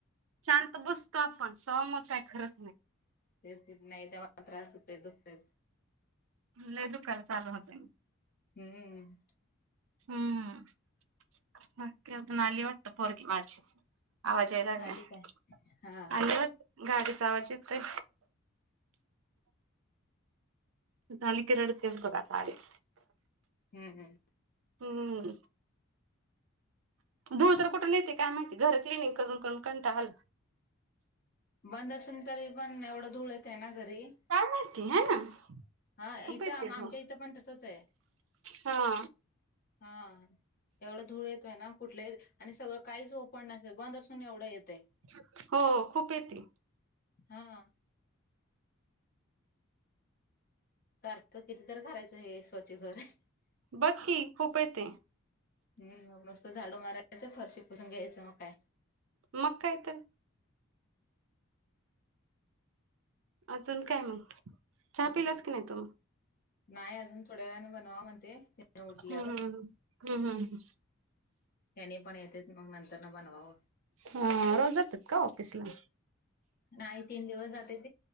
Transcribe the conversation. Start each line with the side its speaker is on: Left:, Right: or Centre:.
Right: शांत बसतो आपण, तवा मग काही खरंच नाही.
Left: तेच नाही ते मला त्रास होतोय दुखतय.
Right: लय दुकाल चालू होत.
Left: हम्म.
Right: हम्म नकीता आली वाटत पोरगी माझी. आवाज यायला लागला
Left: आली काय हा
Right: गाडीचा आवाज येतोय. <inaudible> झाली की रडतेस बघाता आलेच.
Left: हम्, हम्.
Right: हम्म. धूळ तर कुठून येते काय माहित? घर क्लिनींग करून, करून कंटाळा आला.
Left: बंद असून तरी, एवढं धूळ येत आहे ना घरी. <inaudible>
Right: काय माहिती हाय ना
Left: हा
Right: खूप
Left: ईथं
Right: येते
Left: आमच्या
Right: धूळ.
Left: इथं पण तसच आहे.
Right: हा.
Left: हा एवढं धूळ येतोय ना. कुठले आणि सगळं काहीच ओपन नसुन, बंद असून एवढं येतय.
Right: <inaudible> हो खूप येते.
Left: हा. सारखं किती तरी करायचं हे स्वछ घर हे.
Right: बघ की खूप येते.
Left: हम् मग नुसतं झाडु मारायच, फरशी पुसुन घ्यायचं, मग काय?
Right: मग काय त. अजून काय मग, चहा पिलास की नाही तु?
Left: नाही अजून थोड्या वेळाने बनवावा म्हणते. उठल्यावर
Right: हम्म हम्, हम्, हम्, हम.
Left: त्यांनी पण येते मग नंतर न बनवावं.
Right: हा रोज जातात का? ऑफिस ला.
Left: नाही तीन दिवस जातेत.